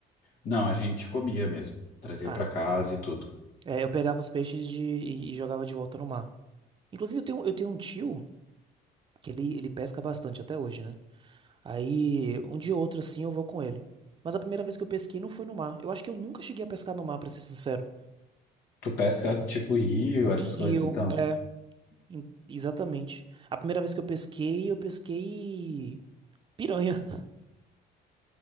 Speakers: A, on the left (about 75°); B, on the right (about 30°).
A: Não, a gente comia mesmo, trazia
B: Ah.
A: pra casa e tudo.
B: É, eu pegava os peixes de, e, e jogava de volta no mar. Inclusive, eu tenho, eu tenho um tio que ele, ele pesca bastante até hoje, né? Aí, um dia ou outro, assim, eu vou com ele. Mas a primeira vez que eu pesquei não foi no mar. Eu acho que eu nunca cheguei a pescar no mar, pra ser sincero.
A: Tu pesca tipo em rio, essas
B: Em rio,
A: coisas, então.
B: é. em- exatamente. A primeira vez que eu pesquei, eu pesquei piranha. <laughs>